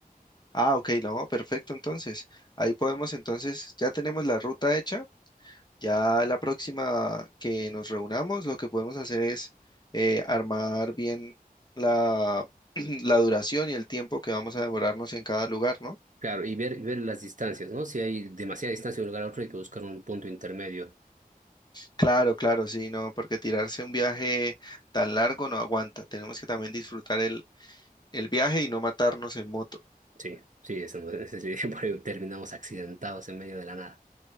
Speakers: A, on the left; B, on the right.
A: Ah, ok, no, perfecto, entonces. Ahí podemos, entonces, ya tenemos la ruta hecha. Ya la próxima que nos reunamos, lo que podemos hacer es eh, armar bien la, <clears throat> la duración y el tiempo que vamos a demorarnos en cada lugar, ¿no?
B: Claro, y ver, ver las distancias, ¿no? Si hay demasiada distancia de un lugar a otro, hay que buscar un punto intermedio
A: Claro, claro, sí, no, porque tirarse un viaje tan largo no aguanta. Tenemos que también disfrutar el, el viaje y no matarnos en moto.
B: Sí, sí, eso, ese sí, <laughs> por ahí terminamos accidentados en medio de la nada.